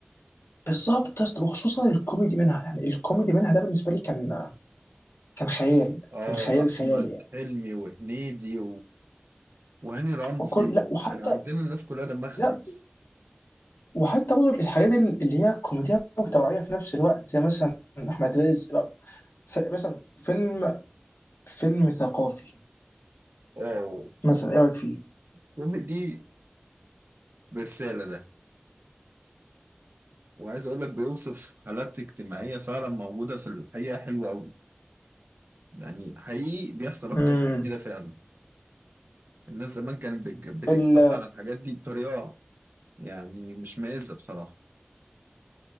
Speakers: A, on the left; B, on the right.
A: بالظبط يا اسطى، وخصوصا الكوميدي منها يعني الكوميدي منها ده بالنسبه لي كان كان خيال
B: اه
A: كان خيال
B: أحمد
A: خيالي يعني
B: حلمي وهنيدي وهاني رمزي
A: وكل لا وحتى
B: كان عندنا الناس كلها دمها خفيف
A: لا وحتى برضه الحاجات اللي هي كوميديا وتوعيه في نفس الوقت زي مثلا احمد رزق بقى. ف- مثلا فيلم فيلم ثقافي
B: اه
A: مثلا ايه رايك فيه؟
B: كوميدي برسالة ده وعايز اقول لك بيوصف حالات اجتماعية فعلا موجودة في الحقيقة حلوة قوي يعني حقيقي بيحصل اكتر
A: امم
B: من كده فعلا الناس زمان كانت بتج- بتتجمع
A: ال...
B: على الحاجات دي بطريقة يعني مش مائزة بصراحة